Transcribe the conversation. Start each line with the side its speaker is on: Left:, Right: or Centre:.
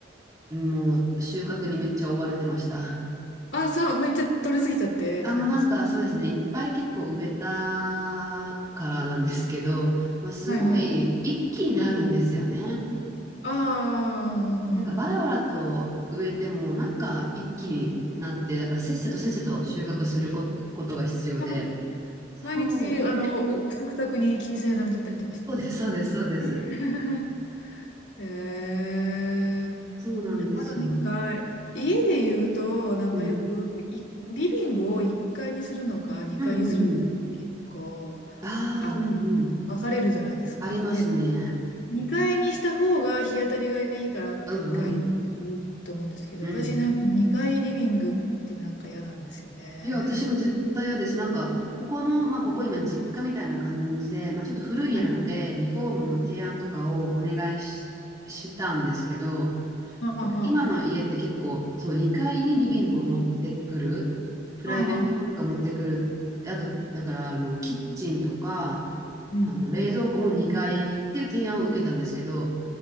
Right: もう収穫にめっちゃ追われてました。
Left: あ、そう、めっちゃ取れすぎちゃってって感じですか。
Right: あ、もうなんかそうですね、いっぱい結構植えたからなんですけど、まあ、すごい一気になるんですよね。
Left: はいはい。ああ、うんうんうんうん。
Right: なんかバラバラと植えてもなんか一気になって、だからせっせとせっせと収穫するこことが必要で。
Left: あ
Right: そう、
Left: 毎日、あの、お食卓に気にさえ並んじゃったりとかして。
Right: そうです、そうです、そうです。
Left: <laughs> へえ。
Right: そうなんですよ。
Left: あとなんか、家で言うと、なんかよく、
Right: うん。
Left: いリビングを1階にするのか、2階にするのかって結構、
Right: うんうんうん。ああ、
Left: あの、
Right: うんうん。
Left: 分かれるじゃないですか。
Right: ありますね。
Left: で、2階にした方が日当たりがいいからって2階にする人言うと思うんですけど、
Right: うんうん。うん。
Left: 私なんか2階リビングってなんか嫌なんですよね。
Right: いや、私も絶対嫌です。なんか、ここの、まあ、ここ今、実家みたいな感じで、まあ、ちょっと古い家なので、
Left: はい。
Right: リフォームの提案とかをお願いし、したんですけど、
Left: はあは
Right: 今の家って結構、そう、2階にリビングを持ってくる、プライベート空間持ってくる、
Left: あ。はあはあ。
Right: あと、だから、あの、キッチンとか、
Left: うん。
Right: あの、冷蔵庫も2階っていう提案を受けたんですけど、